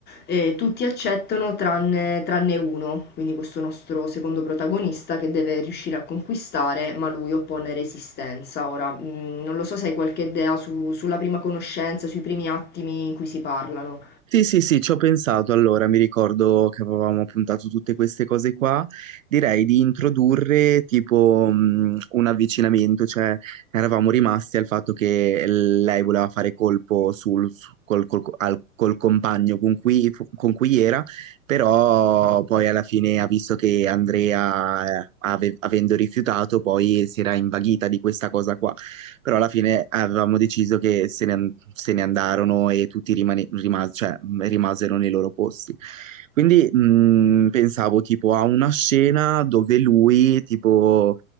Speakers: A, on the left; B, on the right.
A: eh, tutti accettano tranne, tranne uno, quindi questo nostro secondo protagonista che deve riuscire a conquistare, ma lui oppone resistenza. Ora, mh, non lo so se hai qualche idea su- sulla prima conoscenza, sui primi attimi in cui si parlano.
B: Sì, sì, sì, ci ho pensato allora, mi ricordo che avevamo puntato tutte queste cose qua, direi di introdurre tipo mh, un avvicinamento, cioè eravamo rimasti al fatto che lei voleva fare colpo sul, su- col, col- al- col compagno con cui, con cui era, però poi alla fine ha visto che Andrea, eh, ave- avendo rifiutato, poi si era invaghita di questa cosa qua però alla fine avevamo deciso che se ne, an- se ne andarono e tutti rimane- rimas- cioè, mh, rimasero nei loro posti. Quindi mh, pensavo tipo a una scena dove lui, tipo,